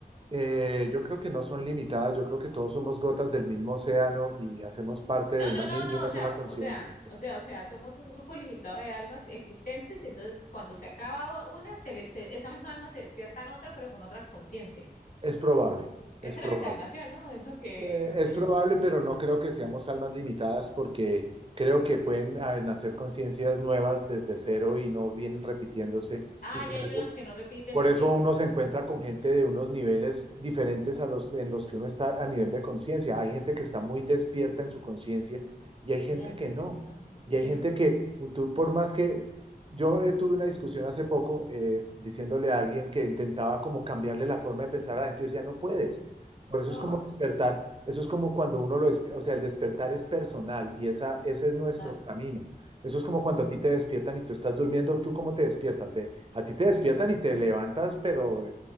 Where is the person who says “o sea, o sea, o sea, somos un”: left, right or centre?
Left